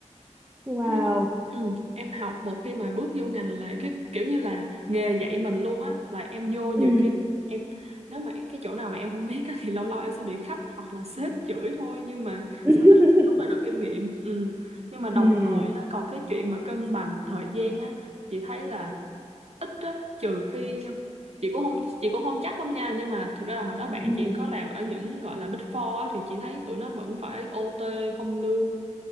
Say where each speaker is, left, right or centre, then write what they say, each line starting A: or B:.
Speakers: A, on the right (about 15°); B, on the right (about 55°).
A: Wow
B: Nói chứ- Ừ, em học một khi mà bước vô ngành là cái kiểu như là nghề dạy mình luôn á là em vô nhiều
A: ừ
B: khi em nếu mà cái chỗ nào mà em không biết á, thì lâu lâu em sẽ bị khách hoặc là sếp chửi thôi nhưng mà
A: <laughs>
B: sau đó em sẽ rút ra được kinh nghiệm ừ. Nhưng mà đồng
A: ừ
B: thời á, còn cái chuyện mà cân bằng thời gian á chị thấy là ít á trừ khi chị cũng không chị cũng không chắc lắm nha nhưng mà thực ra là hồi đó bạn
A: ừ
B: chị có làm ở những gọi là Big Four á, thì chị thấy tụi nó vẫn phải OT không lương